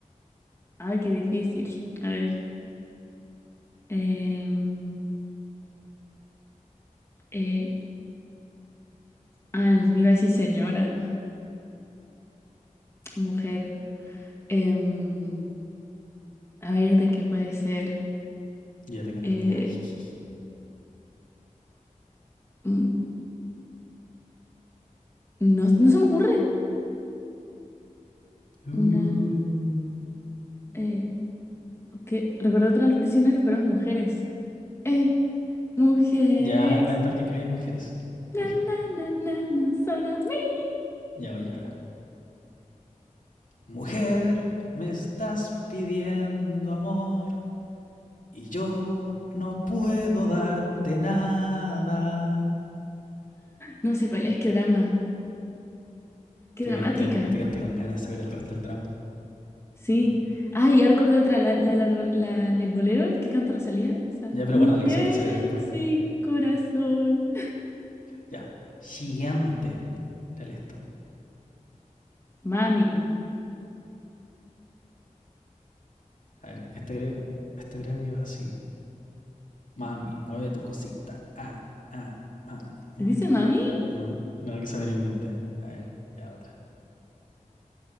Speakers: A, on the left; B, on the left.
A: Ay, qué difícil. A ver. em, eh, ah, iba a decir señora, mujer. Em, a ver, ¿de qué puede ser?
B: Yo ya tengo la
A: Eh,
B: mía. <laughs>
A: mm, no, no se me ocurre.
B: Uh.
A: Una, eh, porque recordé otra de los prisioneros, pero es mujeres. Eh, mujeres.
B: Ya, cuenta que incluye mujeres. Mujer.
A: Na, na, na, na, na, sola mía.
B: Ya voy yo ahora. Mujer, me estás pidiendo amor. Y yo no puedo darte nada.
A: No sé cuál es, qué drama. Qué
B: Te
A: dramática.
B: quedaste, te quedaste con ganas de saber el resto del drama.
A: Sí. Ah, y ya recordé otra, la, la- la- la- el bolero, el que canta Rosalía. Esa.
B: Ya, pero
A: Mujer
B: guárdala, quizás te sirve después.
A: sin corazón.
B: Ya. Gigante. Dale esto.
A: Mami.
B: A ver, esta creo, esta creo que va así. Mami, mueve tu cosita. Ah, ah, mami, mueve
A: ¿Dice
B: tu
A: mami?
B: cosita. Ah, No, no, que se me lo inventé. A ver, ya otra.